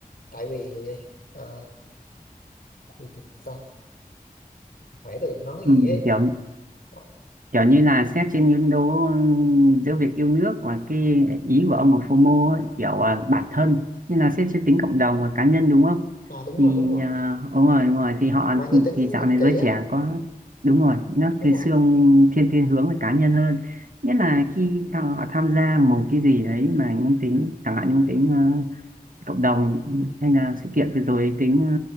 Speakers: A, on the left; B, on the right.
A: tại vì ờ, gì thì sao khỏe tôi đừng nói cái
B: ừ,
A: gì ấy
B: kiểu
A: Ờ,
B: kiểu như là xét trên những đố ừ, giữa việc yêu nước và cái ý của ông là FOMO ấy, kiểu
A: ừ.
B: à, bản thân như là xét trên tính cộng đồng và cá nhân đúng không
A: à đúng
B: thì
A: rồi đúng rồi
B: à, đúng rồi đúng rồi thì họ
A: mang cái tính
B: thì dạo
A: ích
B: này
A: kỷ
B: giới
A: á
B: trẻ có đúng rồi nó
A: đúng
B: thì
A: rồi
B: xương thiên thiên hướng về cá nhân hơn nghĩa là khi họ tham gia một cái gì đấy mà mang tính chẳng hạn như mang tính ờ, cộng đồng hay là sự kiện vừa rồi tính ờ,